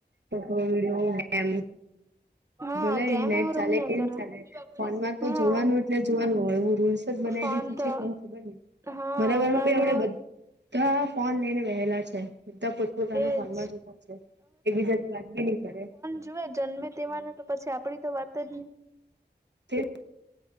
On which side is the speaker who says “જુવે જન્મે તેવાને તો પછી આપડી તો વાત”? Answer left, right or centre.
Right